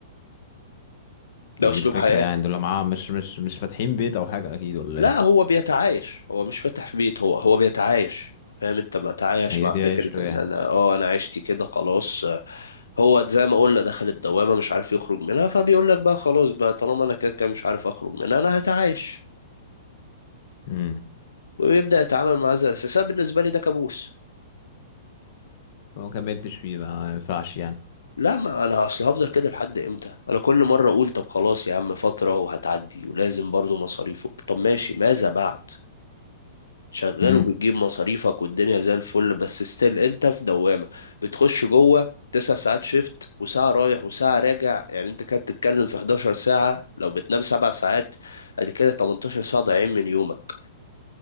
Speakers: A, on the left; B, on the left.
A: طب
B: ده اسلوب
A: ايه الفكرة
B: حياه
A: يعني دول معاه مش مش مش فاتحين بيت او حاجة اكيد ولا
B: لا
A: ايه
B: هو بيتعايش هو مش فاتح في بيت هو هو بيتعايش فاهم انت بتعايش
A: هي
B: مع
A: دي
B: فكره
A: عيشته يعني
B: ان انا اه انا عشتي كده خلاص هو زي ما قلنا دخل الدوامه مش عارف يخرج منها فبيقول لك بقى خلاص بقى طالما انا كده كده مش عارف اخرج منها انا هتعايش
A: امم
B: ويبدأ يتعامل معاه زي الأساس أنا بالنسبة لي ده كابوس
A: فما كملتش فيه بقى ما ينفعش يعني
B: لا ما أنا أصل هفضل كده لحد إمتى أنا كل مرة أقول طب خلاص يا عم فترة وهتعدي ولازم برضو مصاريفه طب ماشي ماذا بعد شغال
A: امم
B: وبتجيب مصاريفك والدنيا زي الفل بس ستيل أنت في دوامة بتخش جوه تسع ساعات شيفت وساعة رايح وساعة راجع يعني أنت كده بتتكلم في 11 ساعة لو بتنام سبع ساعات أدي كده 18 ساعة ضايعين من يومك